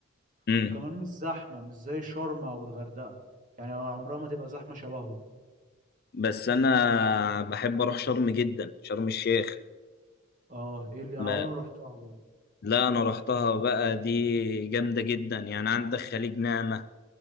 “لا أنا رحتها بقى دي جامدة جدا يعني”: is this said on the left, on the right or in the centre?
Left